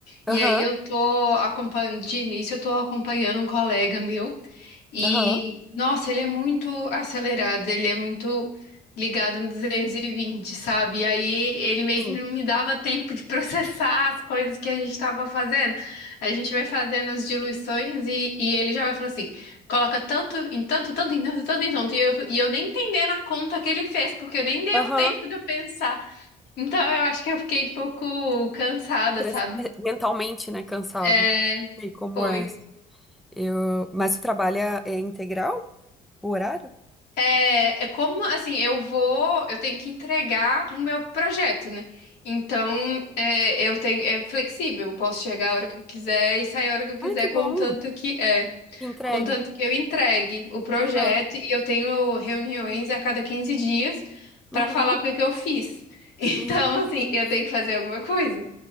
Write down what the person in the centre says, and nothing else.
Aham,
aham,
sim.
Aham,
cres-
é, mentalmente, né, cansado.
E como
é? Eu... Mas você trabalha é integral, o horário?
Ai, que
bom.
Entregue.
Aham,
uhum,
uhum,
entendi.